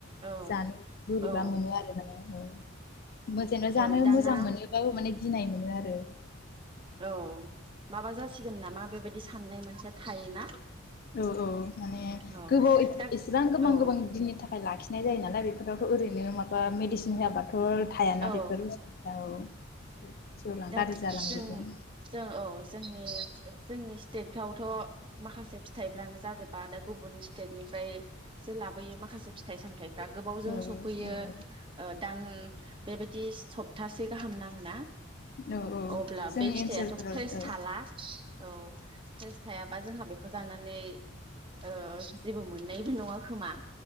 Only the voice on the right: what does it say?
औ
औ
औ दाना
औ माबा जा सिगोन नामा बेबायदि साननाय मोनसेया थायोना।
औ
दा
औ
औ
दा
जों जों औ जोंनि जोंनि स्टेटफ्रावथ' माखासे फिथाइफ्रानो जाजोबा। दा गुबुन स्टेटनिफ्रायसो लाबोयो माखासे फिथाइ सामथाइ फ्रा गोबावजों
सफैयो।
ओ दां बेबायदि सप्तासे गाहाम नाङो ना
अब्ला
बे फिथाइआथ'
फ्रेस
थाला। औ फ्रेस थायाबा जोंहा बेखौ जानानै ओ जेबो मोननाय नङा खोमा